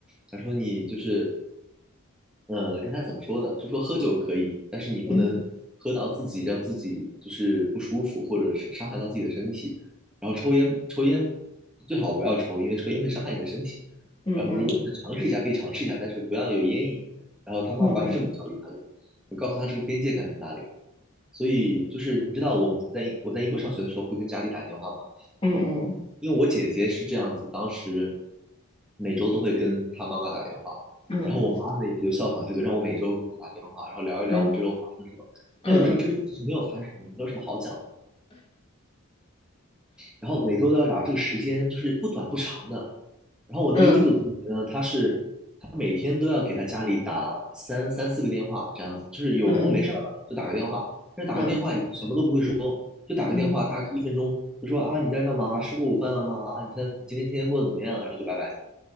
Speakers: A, in the centre; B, on the left (about 25°).
A: 他说你就是呃，跟他怎么说呢？就说喝酒可以，但是你不能喝到自己让自己就是不舒服，
B: 嗯
A: 或者是伤害到自己的身体。然后抽烟，抽烟最好不要抽，因为抽烟会伤害你的身体。
B: 嗯嗯
A: 然后如果你想尝试一下，可以尝试一下，但是不要有烟瘾。然后他爸爸是这么教育他的，
B: 嗯
A: 我告诉他这个边界感在哪里。所以就是你知道我们在英我在英国上学的时候会跟家里打电话吗？
B: 嗯
A: 因为我姐姐是这样子，当时每周都会跟她妈妈打电话，
B: 嗯
A: 然后我妈呢也就效仿这个，让我每周给她打电话，然后聊一聊我这周发生什么。
B: 嗯嗯
A: 那有的时候这周其实没有发生什么，
B: 嗯
A: 没有什么好讲的然后每周都要打，这个时间就是不短不长的。然后我那个印度同学呢，
B: 嗯
A: 他是他每天都要给他家里打三三四个电话，这样子，就是有空没事儿了就打个电话，
B: 嗯嗯嗯嗯嗯嗯嗯。
A: 但是打个电话也什么都不会说，
B: 嗯。嗯。
A: 就打个电话大概一分钟，
B: 嗯。
A: 就说啊你在干嘛，吃过午饭了吗？啊你现在今天今天过得怎么样？然后就拜拜。